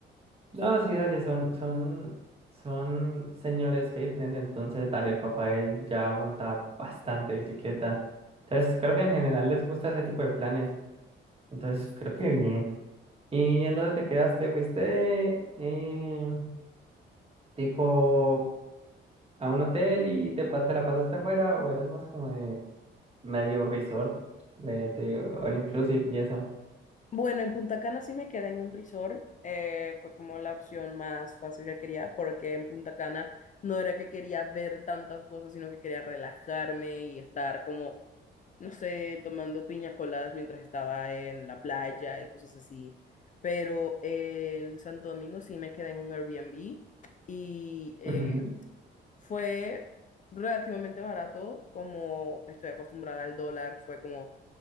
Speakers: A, on the right; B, on the left.
A: No, sí, dale, son, son, son señores fitness, entonces dale, el papá de él ya monta bastante bicicleta. Entonces, creo que en general les gusta ese tipo de planes. Entonces, creo que bien. ¿Y en dónde te quedaste? ¿Fuiste eh, tipo a un hotel y te, pa- te la pasaste afuera o eras más como de medio resort, de, de all inclusive y eso?
B: Bueno, en Punta Cana sí me quedé en un resort, eh, fue como la opción más fácil que quería, porque en Punta Cana no era que quería ver tantas cosas, sino que quería relajarme y estar como, no sé, tomando piñas coladas mientras estaba en la playa y cosas así. Pero eh, en Santo Domingo sí me quedé en un Airbnb y eh,
A: Ujú.
B: fue relativamente barato, como estoy acostumbrada al dólar, fue como,